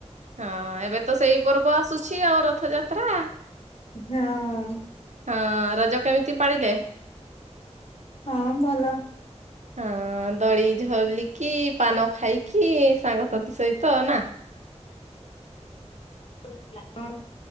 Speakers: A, on the right; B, on the left.
A: ହଁ ଏବେ ତ ସେଇ ପର୍ବ ଆସୁଛି ଆଉ ରଥଯାତ୍ରା।
B: ହଁ।
A: ହଁ ରଜ କେମିତି ପାଳିଲେ?
B: ହଁ ଭଲ।
A: ହଁ ଦୋଳି ଝଲିକି ପାନ ଖାଇକି ସାଙ୍ଗସାଥି ସହିତ ନା?
B: ହଁ ହଁ